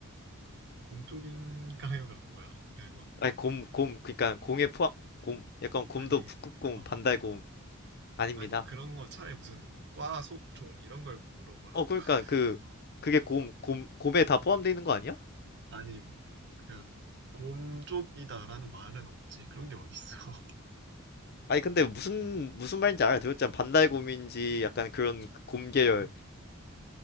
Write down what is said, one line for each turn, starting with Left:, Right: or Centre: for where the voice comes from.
Right: 곰 쪽인가요가 뭐야? 그러니까 뭐,
Left: 아니 곰, 곰,
Right: 어,
Left: 그러니까 공에 포함, 곰, 약간 곰도
Right: 아니,
Left: 북극곰,
Right: 어,
Left: 반달곰 아닙니다.
Right: 아니, 그런 거 차라리 무슨 뭐, 과, 속, 종, 이런 걸 물어보라고.
Left: 어, 그러니까 그
Right: 어,
Left: 그게 곰, 곰, 곰에 다 포함되어 있는 거 아니야?
Right: 아니, 그, 곰 쪽이다라는 말은 없지. 그런 게 어딨어.
Left: 아니 근데 무슨
Right: 어,
Left: 무슨 말인지 알아들었잖아. 반달곰인지 약간 그런 곰 계열,
Right: 어?